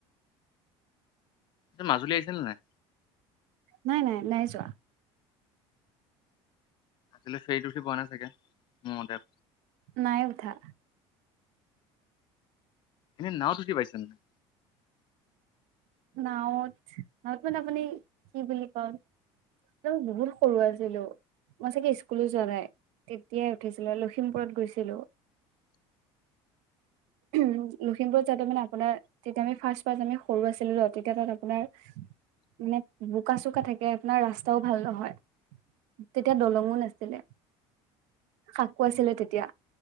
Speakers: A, on the left; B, on the right.
A: তই মাজুলী আহিছিলি নে নাই?
B: নাই নাই নাই যোৱা।
A: আজিলে ফেৰিত উঠি পোৱা নাই চাগে, মোৰ মতে।
B: নাই উঠা।
A: এনে নাওঁত উঠি পাইছানে নাই
B: নওত নাওত মানে আপুনি কি বুলি কওঁ এ বহুত সৰু আছিলো। মই চাগে স্কুলো যোৱা নাই তেতিয়াই উঠিছিলো লখিমপুৰত গৈছিলো
A: <inaudible>
B: উম লখিমপুৰত যাওতে মানে আপোনাৰ তেতিয়া আমি ফাচ ফাচ আমি সৰু আছিলো তেতিয়া তাত আপোনাৰ মানে বোকা চোকা থাকে আপোনাৰ ৰাস্তাও ভাল নহয়। তেতিয়া দলঙো নাছিলে। শাকো আছিলে তেতিয়া